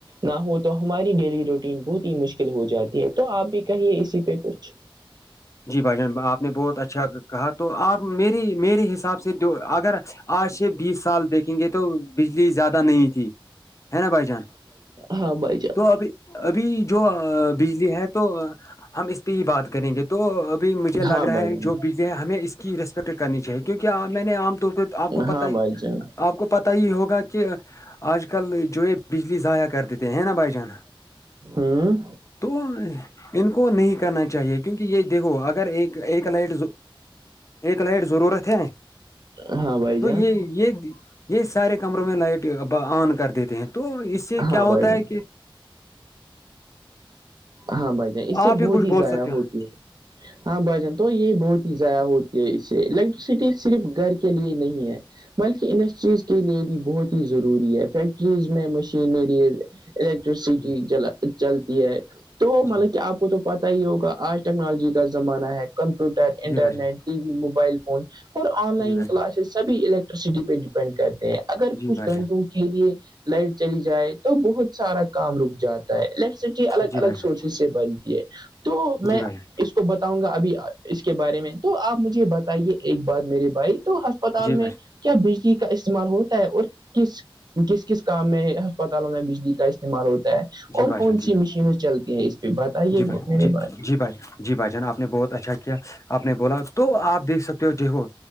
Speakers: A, on the right (about 50°); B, on the left (about 35°).
A: نہ ہو تو ہماری ڈیلی روٹین بہت ہی مشکل ہو جاتی ہے تو آپ بھی کہیے اسی پہ کچھ اچ
B: ہ جی بھائی جان آپ نے بہت اچھا کہا تو آپ میری میرے حساب سے جو اگر آج سے بیس سال دیکھیں گے تو بجلی زیادہ نہیں تھی ہے نا بھائی جان
A: ہاں بائے جائے
B: تو ابھی ابھی جو بجلی ہے تو ہم اس پہ ہی بات کریں گے تو ابھی مجھے لگ
A: ہاں
B: رہا
A: بھائی
B: ہے
A: جان
B: جو بیزیں ہیں ہمیں اس کی ریسپیکٹ کرنی چاہیے کیونکہ میں نے عام طور پہ تو آپ کو پت
A: ہاں
B: ہی
A: بھائی جان
B: آپ کو پتا ہی ہوگا کہ آج کل جو ہے بجلی ضائع کر دیتے ہیں نا بھائی جان
A: ہاں بھائی جان ہوں
B: تو ان کو نہیں کہنا چاہیے کہ یہ دیکھو اگر ایک نائٹ ایک لائٹ ضرورت ہے
A: ہاں بھائی
B: تو
A: جان
B: یہ یہ یہ سارے کمروں میں لائٹ آن کر دیتے ہیں تو اس سے
A: ہاں
B: کیا ہوتا
A: بھائی جان
B: ہے کہ
A: ہاں بھائی جان اس
B: آپ
A: سے بہت
B: کچھ
A: ہی
B: بول
A: زیادہ
B: سکتے ہو
A: ہوتی ہے ہاں بھائی جان تو یہ بہت ہی ضیادہ ہوتی اس سے الیکٹرسٹی صرف گھر کے لیے نہیں ہے بلکہ انڈسٹریز کے لیے بھی بہت ہی ضروری ہے فیکٹریز میں مشینری الیکٹرسٹیل
B: جی
A: چلتی ہے تو
B: جی
A: مطلب کہ آپ تو پتتا ہی ہوگا آج ٹیکنالوجی کا زمانہ ہے کمپیوٹر internet
B: جی بھائی جان
A: T V mobile phone اور آن لائن
B: جی بھائی
A: کلاسز
B: جان
A: سبھی الیکٹرسٹی پہ ڈیپینڈ کرتے ہیں اگر
B: جی
A: کچھ
B: بھائی
A: گھنٹوں
B: جان
A: کے لیے لائٹ چلی جائے تو بہت سارا کام رک جاتا ہے الیکٹریسٹی الگ
B: جی بھائی
A: الگ
B: جان
A: سورسز سے بنتی ہے تو میں
B: جی بھائی جان
A: اس کو بتاؤں گا ابھی اس کے بارے میں تو آپ مجھے بتائیے ایک بات میرے بھائی تو اسپتال
B: جی بھائی
A: میں کیا بجلی کا استعمال ہوتا ہے اور کس کس کس کام میں اسپتالوں میں بجلی کا استعمال ہوتا ہے
B: جی
A: اور
B: بھائی
A: کون
B: جان جی
A: سی
B: بھائی
A: مشینیں چلتی ہیں اس پہ بتائیے
B: جی بھائی
A: میرے
B: جی جی بھائی جان جی بھائی جان آپ نے بہت اچھا کیا آپ نے بولا تو آپ دیکھ سکتے ہو ج ہو